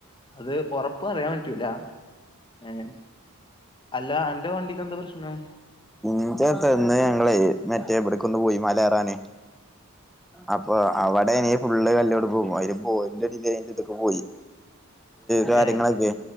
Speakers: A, on the left (about 20°); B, in the centre.
A: അത് ഒറപ്പറിയാൻ പറ്റൂല ഏന് അല്ല അന്റെ വണ്ടിക്കെന്താ പ്രശ്നം
B: ഇന്റെ എത്ത ഇന്ന് ഞങ്ങള് മറ്റേ ഇവിട്ക്കൊന്ന് പോയി മലെറാന് അപ് പ്പൊ അവടെനി ഫുള്ള് കല്ലോട് പോകും അയിൽ <unintelligible> ഇതൊക്കെ പോയി കാര്യങ്ങളൊക്കെ
A: ഏ